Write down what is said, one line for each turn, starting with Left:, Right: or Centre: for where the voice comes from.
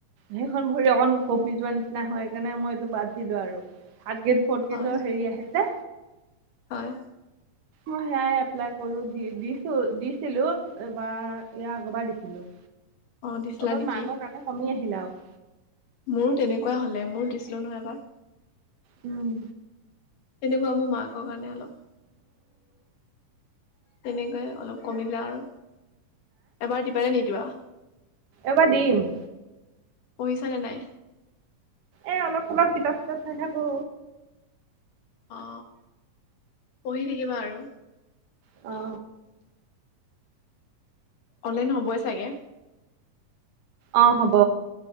Right: সেইখন ভৰি অকণ কঁপি যোৱা নিচি না হয়, সেইকাৰণে মই এইটো বাদ দিলো আৰু। থাৰ্ড গেট, ফৰ্থ
Left: হয়
Right: গেটৰ হেৰি আহে যে
Left: হয়!
Right: মই সেয়াই এপ্লাই কৰো দি দিছো দিছিলো, এইবাৰ ইয়াৰ আগৰবাৰ দিছিলো।
Left: অ দিছিলা
Right: অকণ
Left: নেকি
Right: মাৰ্কৰ কাৰণে কমি আহিল আৰু।
Left: মোৰো তেনেকুৱা হ'লে, মোৰ দিছিলো নহয় এবাৰ।
Right: উম!
Left: তেনেকুৱা মোৰ মাকৰ কাৰণে অলপ তেনেকে অলপ কমিলে আৰু, এবাৰ দিবা নে নিদিয়া?
Right: এবাৰ দিম।
Left: পঢ়িছানে নাই?
Right: এ অলপ চলপ কিতাপ-চিতাপ চাই থাকো।
Left: অ পঢ়ি থাকিবা আৰু।
Right: অ!
Left: অনলাইন হ'বই চাগে।
Right: অ হ'ব,